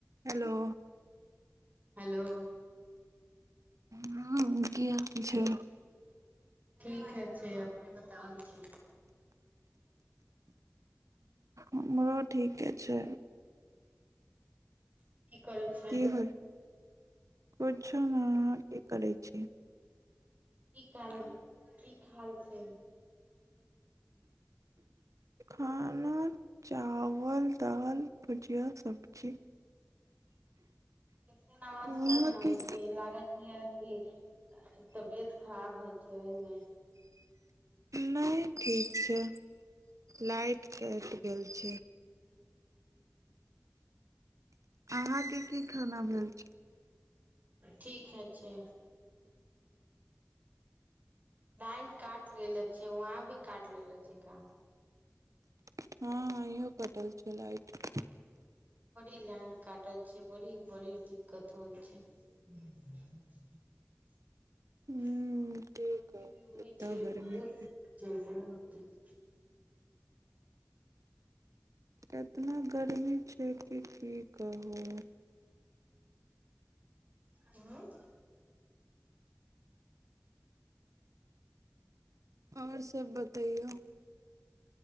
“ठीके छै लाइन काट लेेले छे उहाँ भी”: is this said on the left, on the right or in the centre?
Right